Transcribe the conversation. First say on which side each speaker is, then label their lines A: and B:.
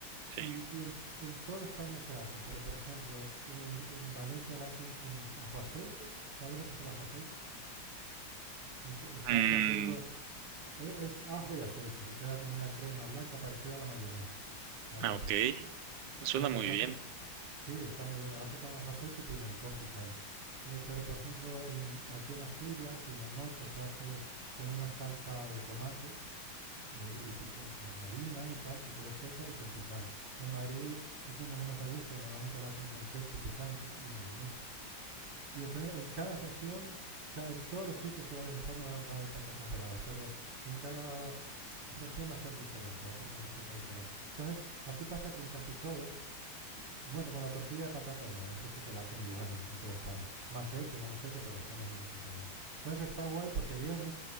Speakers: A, on the right (about 75°); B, on the right (about 55°).
A: Sí.
B: Y, y en, en toda España se hacen, pero por ejemplo, en, en Valencia la hacen con ajo aceite, ¿sabes lo que es el ajo aceite? Es- eh, se
A: Mm,
B: hace haciendo e- es ajo y aceite y queda como una crema blanca parecida a la mayonesa, algo
A: ah,
B: así.
A: ok. Suena
B: Entonces
A: muy
B: las hacen,
A: bien.
B: sí, está muy buena, las hacen con ajo, aceite y pimentón picante. Eh, pero por ejemplo, en, aquí en Asturias y en el norte se hace con una salsa de tomate eh, y, pica- y con harina y tal, que queda espesa y con picante. En Madrid es donde menos me gusta, normalmente la hacen con ketchup picante y mayonesa. Y entonces en cada región, o sea, en todos los sitios que vayas de España va, va a haber patatas bravas, pero en cada región va a ser diferente, va a ser una receta diferente. Entonces, así pasa con casi todo. Bueno, con la tortilla de patata no, eso sí que la hacen igual en, en toda España. Más hecho, menos hecha, pero son los mismos ingredientes. Entonces está guay porque vienes